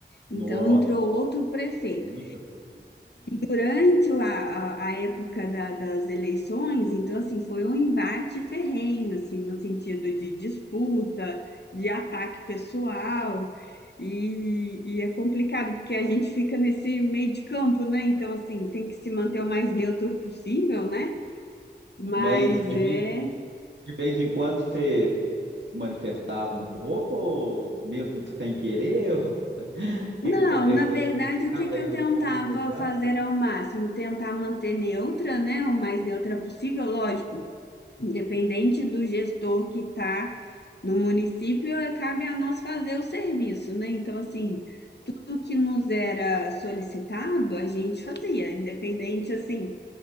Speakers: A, on the left; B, on the right.
A: então
B: Nossa,
A: entrou outro prefeito.
B: muita coisa.
A: durante o- a, a- a época da- das eleições, então, assim, foi um embate ferrenho, assim, no sentido de disputa, de ataque pessoal, e, e é complicado, porque a gente fica nesse meio de campo, né? Então, assim, tem que se manter o mais neutro possível, né? Mas
B: Mas de
A: é...
B: vez, de vez em quando você se manifestava um pouco, ou mesmo que sem querer, ou o que
A: Não,
B: que aconteceu?
A: na verdade,
B: Estava
A: o que que
B: aí
A: eu
B: no
A: tentava
B: fogo cruzado?
A: fazer ao máximo? Tentar manter neutra, né? O mais neutra possível, lógico Independente do gestor que está no município, eh, cabe a nós fazer o serviço, né? Então, assim, tudo que nos era solicitado, a gente fazia, independente, assim,